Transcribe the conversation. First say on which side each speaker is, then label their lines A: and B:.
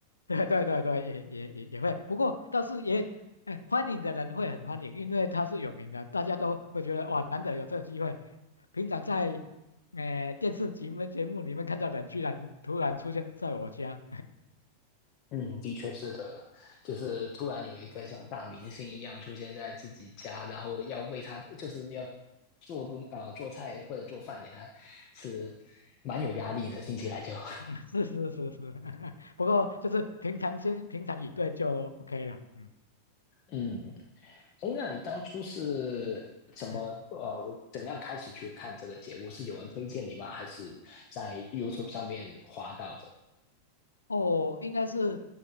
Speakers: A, on the left (about 80°); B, on the left (about 40°).
A: 对对对对，也也也也会，不过倒是也，哎，欢迎的人会很欢迎，因为他是有名的，大家都会觉得哇，难得有这个机会。平常在，呃，电视节目节目里面看到的人，居然突然出现在我家。
B: 嗯，的确是的，就是突然有一个像大明星一样出现在自己家，然后要为他，就是要做东啊、呃做菜或者做饭给他吃，蛮有压力的，
A: 嗯，
B: 听起来就。
A: <laughs> 是是是是，<laughs> 不过就是平常心、平常以对就 OK 了。嗯
B: <laughs> 嗯，哎，那你当初是怎么呃怎样开始去看这个节目？
A: 嗯，
B: 是有人推荐你吗？还是在 YouTube 上面滑到的？
A: 哦，应该是